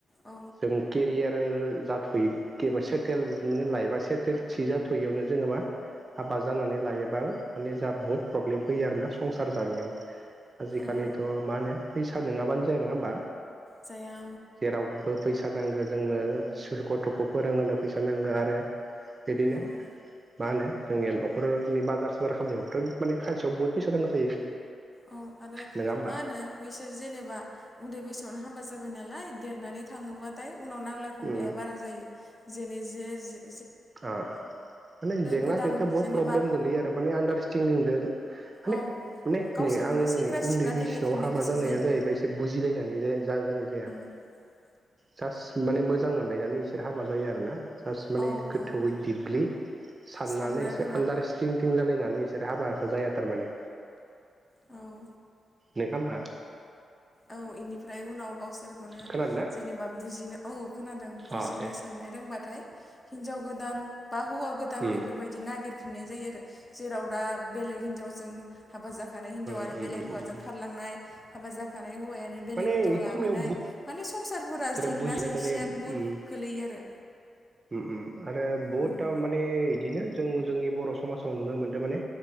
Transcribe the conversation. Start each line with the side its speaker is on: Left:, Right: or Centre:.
Left: औ
Right: जों केरियार जाथयै सेथेलनो लायोबा सेथेल थि जाथयियावनो जोङो मा हाबा जानानै लायोबा माने जाहा बुहुद प्रब्लेम फैयो आरोना संसार जानायाव आजिखालिथ
Left: औ
Right: मा होनो फैसा नङाबानो जाया नङा होमबा
Left: जाया
Right: जेरावबो फैसा नांगो जोंनो स्कुल गथखो फोरोंहोनो फैसा नांगो आरो बिदिनो
Left: औ
Right: मा होनो जोंनिया नखरनि बाजार साजार खामनायावथ माने खानसेयाव बहुत फैसा नांगौ जायो
Left: औ आरो
Right: नङा होमबा
Left: मा होनो बिसोर जेनेबा उन्दै बैसोआवनो हाबा जाबाय नालाय देरनानै थाङोबाथाय उनाव नांलाय खमलाया
Right: उम
Left: बारा जायो जेरै जे जे
Right: ओ माने जेंना
Left: गोदान
Right: जेंथा बहुत
Left: जेनेबा
Right: प्रब्लेम गोलैयो आरो माने आडारस्टेन्डिंजो माने
Left: औ
Right: माने
Left: गावसोरखौनो
Right: नै आं बुंनि
Left: सेंग्रा
Right: उन्दै
Left: सिख्ला
Right: बैसोआव
Left: देखायफिननो
Right: हाबा
Left: गोसो
Right: जानाया
Left: जायो
Right: जाहैबाय एसे बुजिलायनानै जा-जानाय जाया
Left: <inaudible>
Right: जास्ट माने मोजां मोनलायनानै इसोर हाबा जायो आरोना जास्ट माने
Left: औ
Right: गोथौवै
Left: औ
Right: दिब्लि साननानै
Left: साननो
Right: एसे
Left: रोङा
Right: आडारस्टेन्ददिं जालाय नानै इसोर हाबाखो जाया थारमाने
Left: औ
Right: नोङा होमबा
Left: औ इनिफ्राय उनाव गावसोरखौनो
Right: खोनादों ना
Left: जेनेबा बुजिनो औ खोनादों बुजिनो
Right: अ दे
Left: साननो रोंबाथाय हिनजाव गोदान बा हौवा गोदान
Right: उम
Left: बेफोरबायदि नागिर फिननाय जायो आरो जेराव दा बेलेग हिनजाव जों हाबा जा खानाय हिन्जावानो
Right: उम
Left: बेेलेक
Right: उम
Left: हौवाजों
Right: उम
Left: खारलांनाय हाबा जाखानाय हौवायानो बेलेग
Right: माने
Left: हिनजाव लाबोनाय
Right: खमायाव
Left: माने संसारफोरा
Right: <unintelligible> माने
Left: जेंना जेंसिया
Right: ओम ओम
Left: बुहुद गोलैयो आरो
Right: ओम आरो बहुद
Left: उम
Right: ता माने इदिनो जों जोंनि बर समाजाव नुनो मोन्दो माने